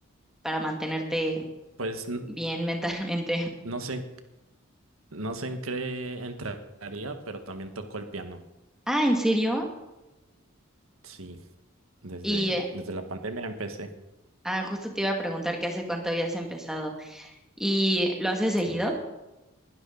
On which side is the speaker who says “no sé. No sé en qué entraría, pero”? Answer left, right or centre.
Right